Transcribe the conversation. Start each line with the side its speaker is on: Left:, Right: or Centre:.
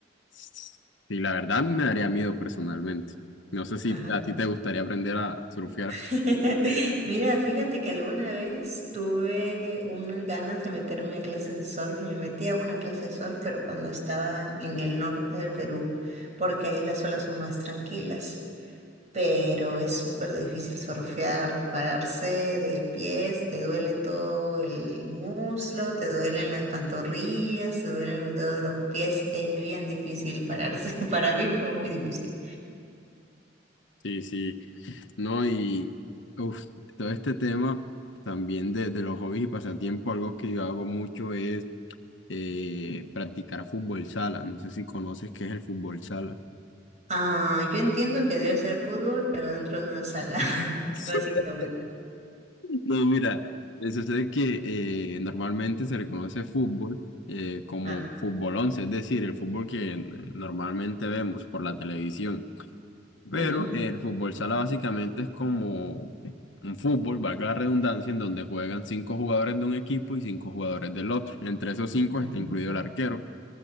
Left: sí, la verdad a mí me daría miedo personalmente. No sé si
Right: Ajá.
Left: a ti te gustaría aprender a surfear.
Right: <laughs> Mira, fíjate que alguna vez tuve unas ganas de meterme a clases de surf y me metí a una clase de surf, pero cuando estaba en el norte del Perú, porque ahí las olas son más tranquilas. Pero es súper difícil surfear, pararse de pies, te duele todo el muslo, te duelen las pantorrillas, te duelen los dedos de los pies, es bien difícil pararse. <laughs> Para mí fue muy difícil.
Left: Sí, sí. No, y uf, todo este tema también de, de los hobbies y pasatiempos, algo que yo hago mucho es eh, practicar fútbol sala. No sé si conoces qué es el fútbol sala.
Right: Ah, yo entiendo que debe ser fútbol, pero dentro de una sala, <laughs>
Left: <laughs>
Right: básicamente.
Left: No, mira, eh, sucede que eh, normalmente se reconoce fútbol eh, como
Right: Ah,
Left: fútbol once, es decir, el fútbol que eh, normalmente vemos por la televisión. Pero
Right: ujú,
Left: el fútbol sala básicamente es como un fútbol, valga la redundancia, en donde juegan cinco jugadores de un equipo y cinco jugadores del otro. Entre esos cinco
Right: ujú,
Left: está incluido el arquero.